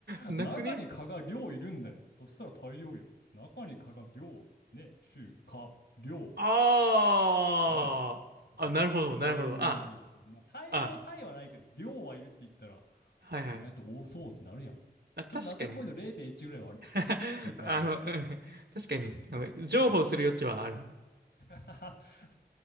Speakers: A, on the right; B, on the left.
A: なくね
B: 中に蚊が量いるんだよ。そしたら大量よ。中に蚊が量、ね、中華、量、
A: あー。
B: ね、わかる大量の量。
A: あ、なるほど、なるほど。あ、
B: そう。まあ、大量の単位はないけど、
A: あ、
B: 量はいるって言ったら、
A: はいはい。
B: 意外と多そうってなるやん。ち
A: あ、確かに。
B: ょっと納得ポイント0.1ぐらいはあるでしょ。
A: <laughs>
B: 中華料理店。
A: あの、<laughs> うん確かに、あの、譲歩する余地はあるね。
B: <laughs>